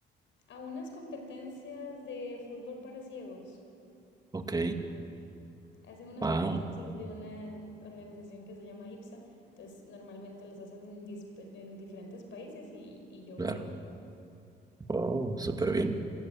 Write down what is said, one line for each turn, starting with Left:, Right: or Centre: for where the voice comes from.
Left: a unas competencias de fútbol para ciegos.
Right: Ok,
Left: Hacen unas
Right: wow,
Left: competencias de una organización que se llama IPSA, entonces normalmente las hacen en, dispe- en diferentes países y, y yo
Right: claro,
Left: voy.
Right: wow, súper bien.